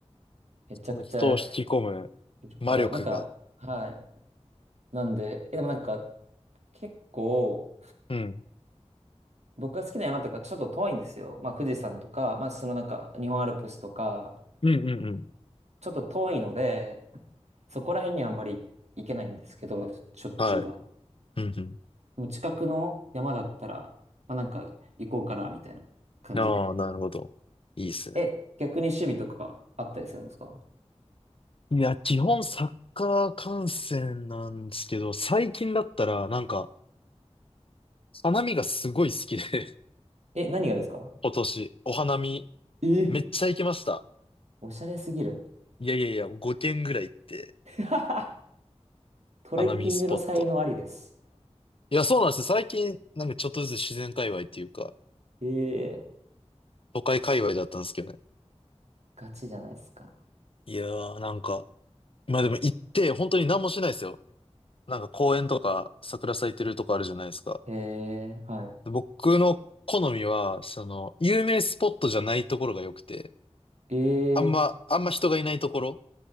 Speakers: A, on the right (about 75°); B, on the left (about 55°).
A: めちゃくちゃ
B: この人を引き込む魔力が。
A: いるから、なんか、はい。なんで、え、でもなんか、結構、
B: うん。
A: 僕が好きな山とかちょっと遠いんですよ。まあ富士山とか、まあそのなんか日本アルプスとか、
B: うんうんうん。
A: ちょっと遠いので、そこら辺にはあんまり行けないんですけど、しょっちゅうは。
B: はい。うんうん。
A: でも近くの山だったら、まあなんか行こうかなみたいな感じで。
B: ああ、なるほど。いいっすね。
A: え、逆に趣味とかあったりするんですか
B: いや、基本サッカー観戦なんですけど、最近だったらなんか、花見がすごい好きで、
A: え、何がですか
B: <laughs> 今年、お花見
A: え
B: めっちゃ行きました。
A: おしゃれすぎる。
B: いやいやいや、5軒ぐらい行って、
A: <laughs> トレッキングの才能ありです。
B: 花見スポット。いや、そうなんですよ。最近、なんかちょっとずつ自然界隈っていうか、
A: ええ
B: 都会界隈だったんですけどね。
A: ガチじゃないですか。
B: いやー、なんか、まあでも行って、本当に何もしないですよ。なんか公園とか、桜咲いてるとこあるじゃないですか。
A: ええはい。
B: 僕の好みは、その、有名スポットじゃないところが良くて、
A: ええ
B: あんま、あんま人がいないところ。